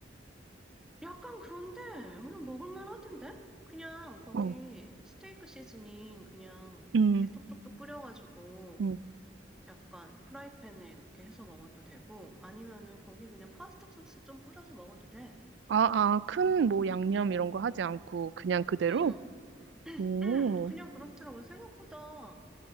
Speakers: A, in the centre; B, on the right (about 70°).
A: 약간 그런데, 그냥 먹을만 하던데? 그냥 거기
B: 응,
A: 스테이크 시즈닝 그냥
B: 응,
A: 이게 톡톡톡 뿌려가지고,
B: 응.
A: 약간 후라이팬에 이렇게 해서 먹어도 되고 아니면은 거기 그냥 파스타 소스 좀 뿌려서 먹어도 돼.
B: 아, 아, 큰 뭐 양념 이런 거 하지 않고 그냥 그대로?
A: 응,
B: 오,
A: 응, 그냥 그렇더라고. 생각보다